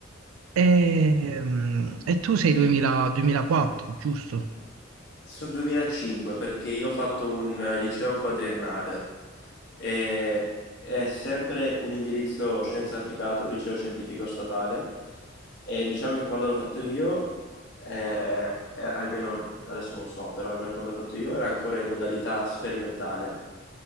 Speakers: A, on the right; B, on the left.
A: E, mm, e tu sei 2000 2004, giusto?
B: Sul 2005 perché io ho fatto un eh, liceo quadriennale e è sempre un indirizzo scienze applicate, un liceo scientifico statale e diciamo che quando l'ho fatto io, eh, eh, almeno adesso non so, però almeno quando l'ho fatto io era ancora in modalità sperimentale,